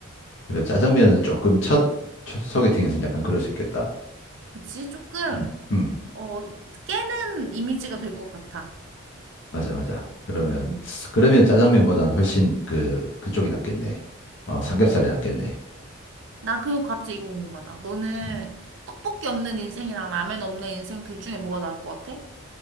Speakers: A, on the left (about 60°); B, on the right (about 60°).
A: 그래 짜장면은 조금 첫, 첫 소개팅에서는 약간 그럴 수 있겠다.
B: 그치? 조금
A: 음. 음.
B: 어 깨는 이미지가 될 것 같아.
A: 맞아, 맞아. 그러면
B: 음.
A: 그러면 짜장면보다는 훨씬 그 그쪽이 낫겠네. 어, 삼겹살이
B: 어.
A: 낫겠네.
B: 나 그거 갑자기 이거 궁금하다. 너는
A: 음.
B: 떡볶이 없는 인생이랑 라면 없는 인생 둘 중에 뭐가 나을 것 같아?